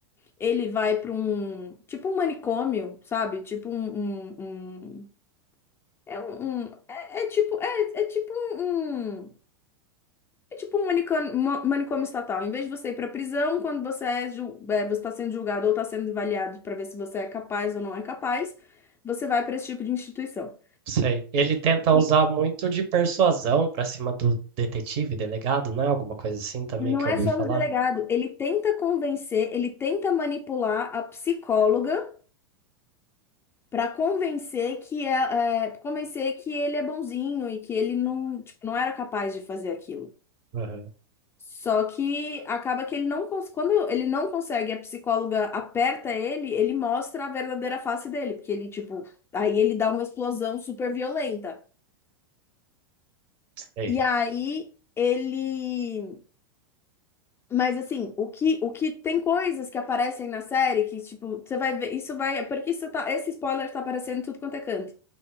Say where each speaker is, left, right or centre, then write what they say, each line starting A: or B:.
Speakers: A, on the left; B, on the right.
A: ele vai para um tipo um manicômio, sabe? Tipo um, um- um- é um, um- é, é tipo é, é tipo um, um- é tipo um manicômio, manicômio estatal. Em vez de você ir para prisão quando você é, ju- é, você está sendo julgado ou está sendo avaliado para ver se você é capaz ou não é capaz, você vai para esse tipo de instituição.
B: Sei. Ele tenta
A: E
B: usar muito de persuasão pra cima do detetive, delegado, né? Alguma coisa assim também
A: Não
B: que eu
A: é
B: ouvi
A: só
B: falar.
A: do delegado, ele tenta convencer, ele tenta manipular a psicóloga Pra convencer que é, é, convencer que ele é bonzinho e que ele não, tipo, não era capaz de fazer aquilo.
B: Aham.
A: Só que acaba que ele não cons- quando ele não consegue, a psicóloga aperta ele, ele mostra a verdadeira face dele, porque ele tipo, aí ele dá uma explosão super violenta.
B: Sei.
A: E aí ele Mas assim, o que, o que tem coisas que aparecem na série que, tipo, você vai ver, isso vai, porque isso tá, esse spoiler tá aparecendo em tudo quanto é canto.